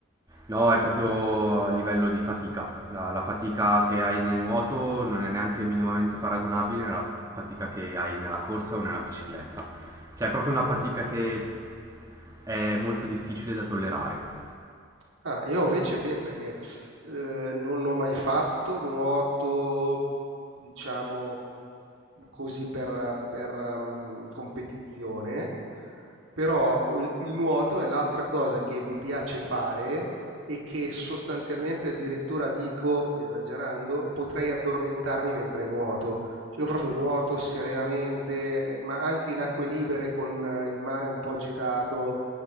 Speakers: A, on the right (about 15°); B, on the right (about 75°).
A: No, è proprio a livello di fatica. La, la fatica che hai nel nuoto non è neanche minimamente paragonabile alla fatica che hai nella corsa o nella bicicletta. Cioè, è proprio una fatica che è molto difficile da tollerare.
B: Ah, io invece pensa che eh, non l'ho mai fatto, nuoto, diciamo, così per, per, ehm, competizione, però il il nuoto è l'altra cosa che mi piace fare e che sostanzialmente addirittura dico, esagerando, potrei addormentarmi mentre nuoto. Cioè, io proprio nuoto serenamente, ma anche in acque libere con eh, il mare un po' agitato.